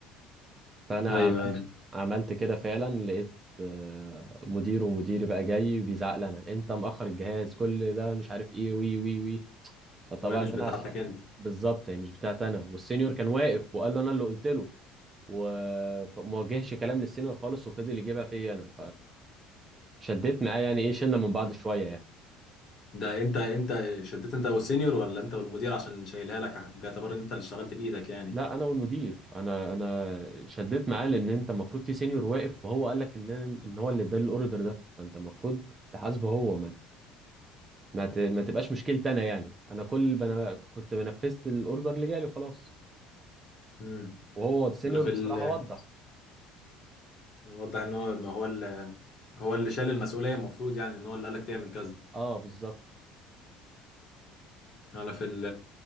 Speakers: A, on the right; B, on the left.
A: فانا
B: أيوه
A: عملت
B: أيوه
A: عملت كده فعلا لقيت آه، مدير ومديري بقى جاي بيزعق لنا انت مأخر الجهاز كل ده مش عارف ايه وي وي وي فطبعا
B: وهي مش بتاعتك
A: انا عشان
B: أنت
A: بالظبط هي مش بتاعت انا والسينيور كان واقف وقال له انا اللي قلت له و- فما وجهش كلام للسينيور خالص وفضل يجيبها فيا انا فشديت معاه يعني ايه شلنا من بعض شويه يعني
B: ده أنت أنت شديت أنت والسينيور ولا أنت والمدير عشان اللي شايلها لك باعتبار إن أنت اللي اشتغلت بإيدك يعني
A: لا انا والمدير انا انا شديت معاه لان انت المفروض في سينيور واقف وهو قال لك ان ان هو اللي ادالي الاوردر ده فانت المفروض تحاسبه هو ما ما ت... ما تبقاش مشكلتي انا يعني انا كل بنا... كنت بنفذت الاوردر اللي جالي وخلاص
B: امم
A: وهو السينيور
B: أنا في
A: بصراحه
B: ال
A: وضح
B: واضح ان هو ما هو اللي هو اللي شال المسؤوليه المفروض يعني ان هو اللي قالك تعمل كذا
A: اه بالظبط
B: انا في ال